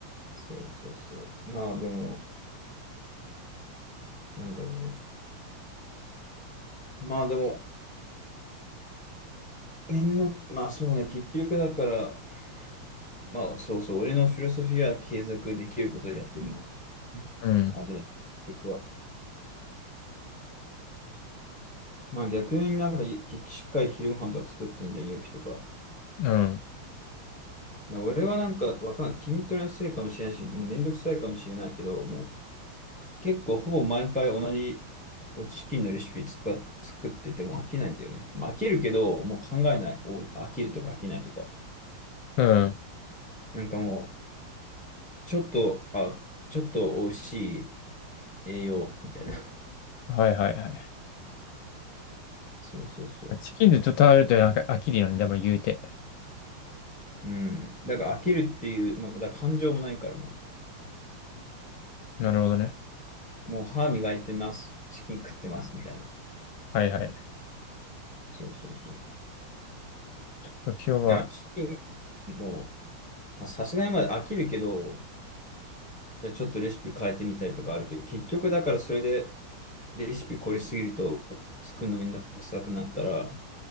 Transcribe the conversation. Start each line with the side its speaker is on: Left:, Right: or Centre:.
Centre: そうそうそう。まあでも、なんだろうね。まあでも、みんな、まあそうね、結局だから、まあそうそう、俺のフィロソフィーは継続できることでやってみよう。ね、
Left: うん、
Centre: あれだ、結局は。まあ逆になんかいしっかり昼ご飯とか作ってんじゃん、勇気とか。
Left: うん、
Centre: な俺はなんかわかんない。筋トレのせいかもしれないし、もうめんどくさいかもしれないけど、もう結構ほぼ毎回同じこうチキンのレシピつか作ってても飽きないんだよね。まあ飽きるけど、もう考えない。お飽きるとか飽きないとか。
Left: うん。
Centre: なんかもう、ちょっと、あ、ちょっと美味しい。栄養みたいな。<laughs>
Left: はいはいはい。
Centre: そうそうそ
Left: チキンでちょっと食べると飽きるよね、でも言うて。
Centre: う。うん。だから飽きるっていう、もうだから感情もないからも
Left: なるほどね。
Centre: う、もう歯磨いてます、チキン食ってますみたいな。
Left: はいはい。
Centre: そうそうそう。
Left: 今日は、
Centre: なんかチキン、もう、まあさすがにまだ飽きるけど、じゃあちょっとレシピ変えてみたりとかあるけど、結局だからそれでレシピ凝りすぎると作るのめんどくさくなったら、